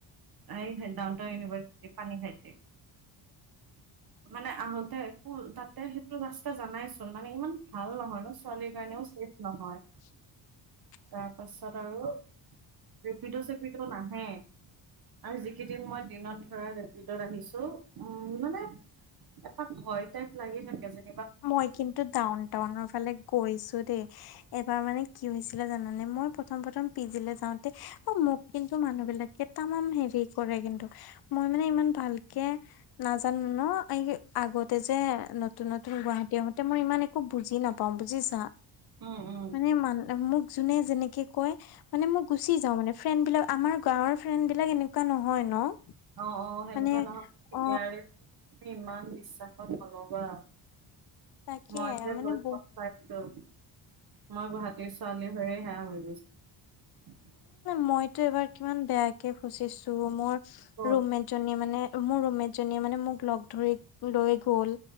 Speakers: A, on the right (about 50°); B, on the left (about 55°).
A: আহি ডাউন টাউন ইউনিভ্চিটি পানী খাইছে
B: <unintelligible>
A: মানে আহোতে একো তাতে সেইটো ৰাস্তা জানাইচোন মানে ইমান ভাল নহয় ন ছোৱালীৰ কাৰণেও নহয়
B: <unintelligible>
A: তাৰপাছত আৰু ৰেপিডো চেপিডো নাহে আৰু যিকেইদিন মই দিনত ধৰা ভিতৰত আহিছো উম মানে এটা ভয় টাইপ লাগি থাকে যে
B: মই কিন্তু ডাউন টাউনৰ ফালে গৈছো দেই এবাৰ মানে কি হৈছিলে জানানে মই প্ৰথম প্ৰথম পি জি লে যাওঁতে অ মোক কিন্তু মানুহ বিলাক কেইটামান হেৰি কৰে কিন্তু মই মানে ইমান ভালকে নাজানো ন এই আগতে যে নতুন নতুন গুৱাহাটী আহোতে মই ইমান একো বুজি নাপাওঁ বুজিছা
A: উম উম
B: মানে মান মোক যোনে যেনেকে কয় মানে মই গুচি যাও মানে ফ্ৰেণ্ড বিলাক আমাৰ গাঁওৰ ফ্ৰেণ্ড বিলাক এনেকুৱা নহয় ন
A: অ অ সেনেকুৱা
B: মানে
A: নহয়
B: অ
A: ইয়াৰে ইমান বিশ্বাসত হলবা
B: তাকে
A: মই যে
B: মানে
A: লৈ
B: বহুত
A: কোৱা পাইছো মই গুৱাহাটীৰ ছোৱালী হৈয়ে সেয়া হৈ গৈছো
B: মইতো এবাৰ কিমান বেয়াকে ফচিছো মোৰ
A: ক'ত
B: ৰূমমেট জনীয়ে মানে মোৰ ৰুমমেটজনীয়ে মানে মোক লগ ধৰি লৈ গ'ল।